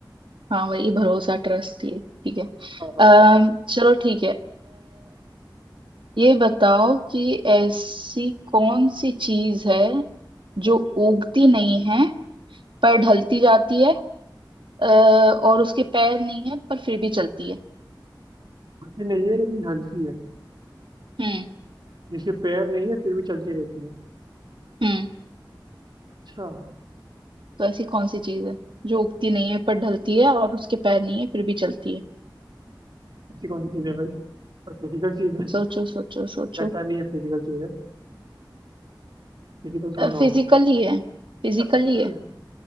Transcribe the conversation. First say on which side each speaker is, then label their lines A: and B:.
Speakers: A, on the right (about 85°); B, on the right (about 60°).
A: हाँ वही भरोसा ट्रस्ट ये ठीक है
B: हाँ हाँ
A: अः चलो ठीक है ये बताओ कि ऐसी कौन सी चीज है जो उगती नहीं है पर ढलती जाती है अ, और उसके पैर नहीं है पर फिर भी चलती है
B: हंसी नहीं है लेकिन ढलती है
A: हम्म
B: जिसके पैर नहीं है फिर भी चलती रहती है
A: हम्म
B: अच्छा
A: तो ऐसी कौन सी चीज है जो उगती नहीं है पर ढलती है और उसके पैर नहीं है फिर भी चलती है
B: ऐसी कौन सी चीज है भाई और फिजिकल चीज है
A: सोचो सोचो सोचो
B: लगता नहीं है फिजिकल चीज है फिजिकल थोड़ी ना होगी
A: फिजिकली है फिजिकली
B: अच्छा फिजिकल
A: है
B: है